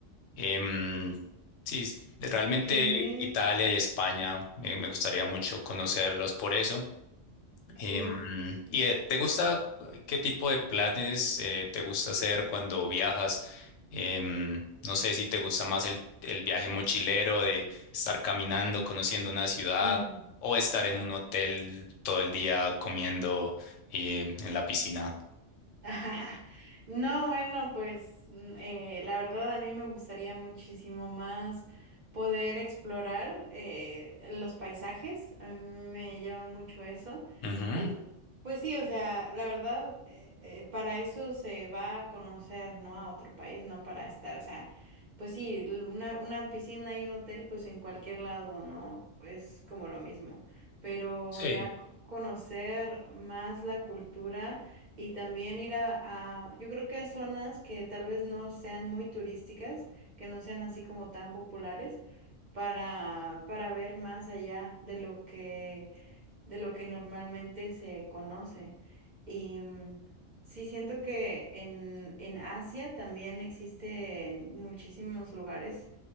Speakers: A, on the left; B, on the right.
A: Em, sí, realmente
B: Sí,
A: Italia y España eh, me gustaría mucho conocerlos por eso.
B: sí.
A: Em, ¿y eh, te gusta qué tipo de planes eh, te gusta hacer cuando viajas? Em, no sé si te gusta más el, el viaje mochilero de estar caminando, conociendo una ciudad
B: <laughs>
A: o estar en un hotel todo el día comiendo eh, en la piscina.
B: <laughs> No, bueno, pues mm, eh, la verdad a mí me gustaría muchísimo más poder explorar eh, los paisajes, a mí me llama mucho eso.
A: Ujú,
B: Em, pues sí, o sea, la verdad, eh, eh, para eso se va a conocer, ¿no? A otro país, no para estar, o sea, pues sí, l- una, una piscina y un hotel, pues en cualquier lado, ¿no? Es como lo mismo, pero
A: Sí,
B: ya c- conocer más la cultura. Y también ir a, a- yo creo que a zonas que tal vez no sean muy turísticas, que no sean así como tan populares, para, para ver más allá de lo que, de lo que normalmente se conoce. Y mm, sí siento que en, en Asia también existen muchísimos lugares